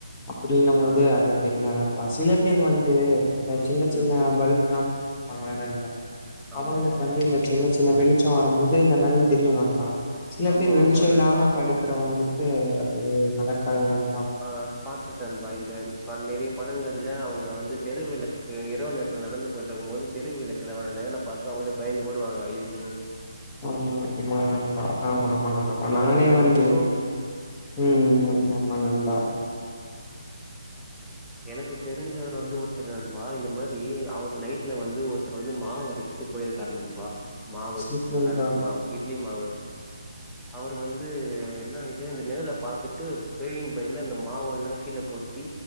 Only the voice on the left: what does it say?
அப்படின்னும்
போது அது தெர்ல நண் ஆ சில பேர் வந்து ஆ சின்ன
சின்ன பல்ப்லாம் ஆமா நண்பா
அவுங்களுக்கு
வந்து இந்த சின்ன சின்ன வெளி ச்சம் வரும்போது இந்த நிலைல் தெரிணும். நண்பா சில
பேர் வெளிச்சம்
இல்லாமா படுக்கறவுங்களுக் க்கு அது நடக்காது நண்
ஆமா ஆமா நண்பா ஆமா ஆமா
நண்பா
நானே
வந்து ம் ம் ஆமா நண்பா
சரி நண்பா